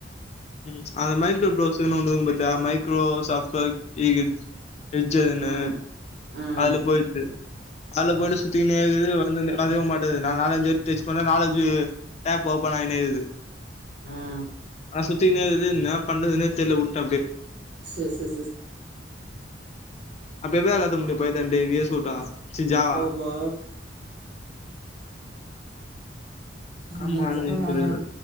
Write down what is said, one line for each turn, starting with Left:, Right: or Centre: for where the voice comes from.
Left: ம் அந்த மைக்ரோ ப்ரௌஸர் ஒன்னு இருக்கோ பாத்திய மைக்ரோ சாப்ட்வர் இ எஜ்ஜெருன்னு
Right: ம். ம்.
Left: அத்ல போய்ட்டு அத்ல போய்ட்டு சுத்திகினேகிது வந்துனே வர்வே மாட்டேது நா நாலஞ்சி டெச் பண்ண நாலஞ்சு டேப் ஓப்பன் ஆய்னேகுது
Right: ம்
Left: ஆ சுத்திநேக்குது இன்னா பண்றதுனே தெர்ல உட்ட அப்டே
Right: சேர் சேர் சிஸ்
Left: அப்ப எப்டிதா ஏத்த முடியு பய் தண்டேவிய சொல்றா சி ஜாவா
Right: ஆம்மா
Left: ஆமா
Right: நா ஜாவா
Left: நீ சொல்லிரு
Right: <unintelligible>